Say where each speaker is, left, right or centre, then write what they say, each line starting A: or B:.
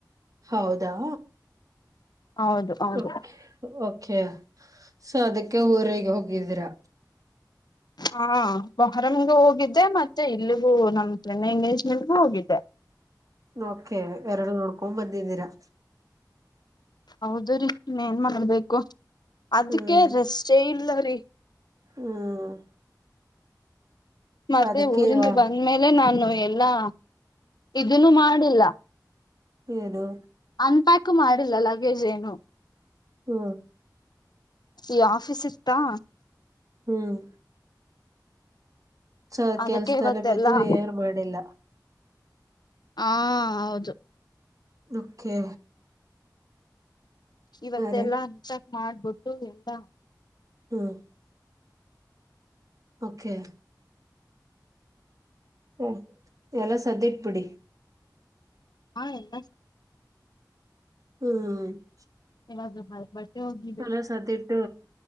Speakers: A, on the right; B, on the left.
A: ಹೌದಾ
B: ಹೌದು ಹೌದು
A: ಓಕೆ ಓಕೆ ಸೊ ಅದಕ್ಕೆ ಊರಿಗೆ ಹೋಗಿದ್ದೀರಾ
B: ಹಾ ಮೊಹರಂಮಗೂ ಹೋಗಿದ್ದೆ ಮತ್ತೆ ಇಲ್ಲಿಗೂ ನಮ್ ಚೆನ್ನೆ ಇಂಗ್ಲೀಷ್ ಮಡ ಹೋಗಿದ್ದೆ
A: ಓಕೆ ಎರಡು ನೋಡ್ಕೊಂಡ್ ಬಂದಿದ್ದೀರಾ
B: ಹೌದ ರೀ ಇನ್ನ್ ಮಾಡ್ಬೇಕು ಅದಕ್ಕೆ
A: ಹ್ಮ್
B: ರೆಸ್ಟೇ ಇಲ್ಲ ರೀ
A: ಹ್ಮ್
B: ಮತ್ತೆ
A: ಅದಕ್ಕೆ
B: ಊರಿಂದ
A: ಇವಾ
B: ಬಂದ್ಮೇಲೆ ನಾನು ಎಲ್ಲಾ ಇದನ್ನು ಮಾಡಿಲ್ಲ
A: ಹದು
B: ಅನ್ಪ್ಯಾಕ್ ಮಾಡಿಲ್ಲ ಲಗೇಜ್ ಏನು
A: ಹ್ಮ
B: ಈ ಆಫೀಸ್ ಇತ್ತಾ
A: ಹ್ಮ್ ಸ
B: ಅದಕ್ಕೆ
A: ಕೆಲ್ಸದಲ್ಲಿ
B: ಇವತ್ತೆಲ್ಲಾ
A: ಬಿದ್ದು ಏನು ಮಾಡಿಲ್ಲ
B: ಹಾ ಹೌದು
A: ಓಕೆ
B: ಇವತ್ತೆಲ್ಲಾ
A: ರೀ
B: ಅನ್ಸಕ್ ಮಾಡ್ಬಿಟ್ಟು ಎಲ್ಲಾ
A: ಹ್ಮ್ ಓಕೆ ಹ್ಮ ಎಲ್ಲ ಸದ್ದ ಇಟ್ಬಿಟ್ಟ
B: ಹಾ ಎಲ್ಲ
A: ಹ್ಮ್
B: <unintelligible> ಬಟ್ಟೆ ಒಗೀತಿ
A: ಕಲ ಸಾಧ್ಯ ಇಟ್ಟು